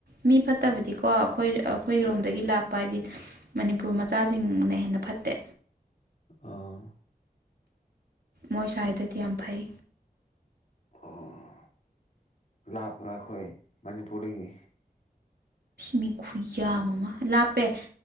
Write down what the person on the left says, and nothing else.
ꯑꯥ
ꯑꯣ ꯂꯥꯄꯔꯥꯈꯣꯏ ꯃꯅꯤꯄꯨꯔꯦꯒꯤ